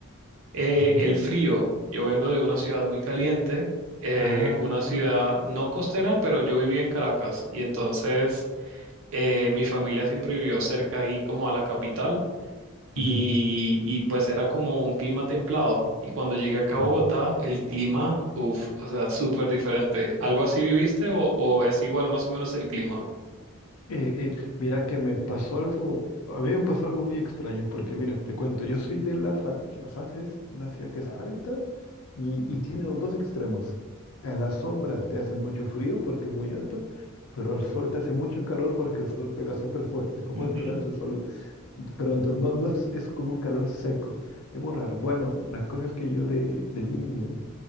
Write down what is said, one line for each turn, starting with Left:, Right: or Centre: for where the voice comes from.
Right: eh,
Left: ujú.
Right: el frío. Yo vengo de una ciudad muy caliente, eh,
Left: Ah.
Right: una ciudad no costera, pero yo vivía en Caracas y entonces eh, mi familia siempre vivió cerca ahí como a la capital y,
Left: Ujú.
Right: y pues era como un clima templado. Y cuando llegué acá
Left: Mm.
Right: a Bogotá, el clima, uff, o sea, súper diferente. ¿Algo así viviste o, o es igual más o menos el clima?
Left: Eh, eh, mira que me pasó algo, a mí me pasó algo muy extraño, porque mira, te cuento, yo soy de La Paz, y La Paz es una ciudad que es alta y, y tiene los dos extremos. A la sombra te hace mucho frío porque es muy alta, pero al sol te hace mucho calor porque el sol pega súper fuerte, <laughs> como
Right: Ujú.
Left: en todo alto el sol Ent- Pero entonces no, no es, es como un calor seco, es muy raro. Bueno, las cosas que yo de, de niño,